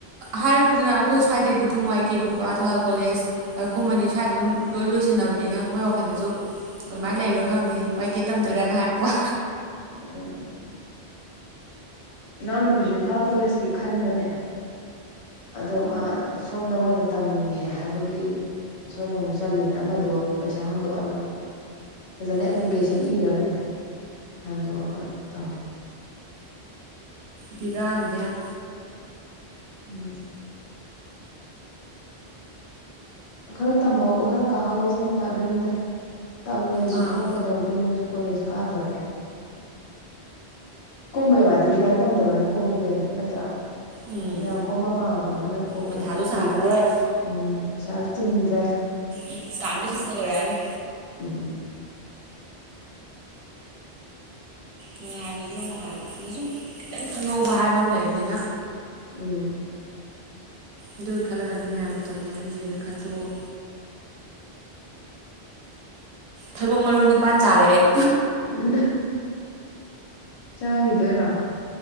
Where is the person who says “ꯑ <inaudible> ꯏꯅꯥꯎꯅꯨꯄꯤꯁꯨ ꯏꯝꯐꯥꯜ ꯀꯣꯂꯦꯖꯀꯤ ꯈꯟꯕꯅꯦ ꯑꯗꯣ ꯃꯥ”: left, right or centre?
Left